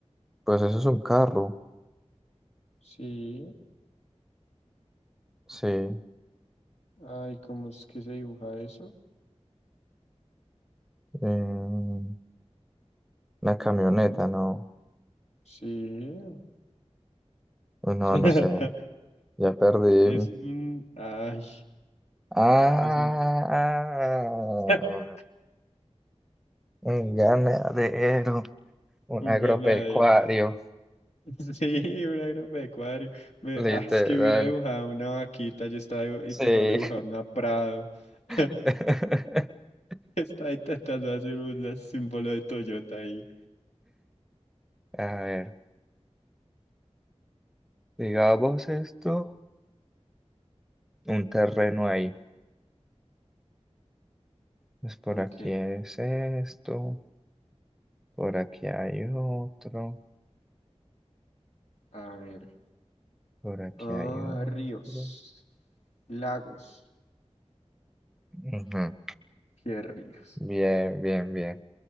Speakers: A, in the centre; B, on the left.
A: Pues eso es un carro,
B: Sí.
A: sí. Eh,
B: Ay, ¿cómo es que se dibuja eso?
A: una camioneta, no.
B: Sí.
A: Uy, No,
B: <laughs>
A: no sé. Ya perdí.
B: Es un. Ay,
A: Ah,
B: es un, ga- <laughs>
A: un ganadero. Un
B: un
A: agropecuario,
B: ganadero. <laughs> Sí, un agropecuario. Me,
A: literal.
B: ah, es que hubiera dibujado una vaquita, yo estaba dibu-
A: Sí.
B: intentando dibujar una Prado. <laughs>
A: <laughs>
B: Estaba intentando hacer un símbolo de Toyota ahí.
A: A ver, digamos esto, un terreno ahí. Pues por
B: Ok,
A: aquí es esto, por aquí hay otro,
B: a ver.
A: por aquí
B: Ah,
A: hay
B: ríos,
A: otro.
B: lagos.
A: Ujú.
B: ¿Qué ríos?
A: Bien, bien, bien.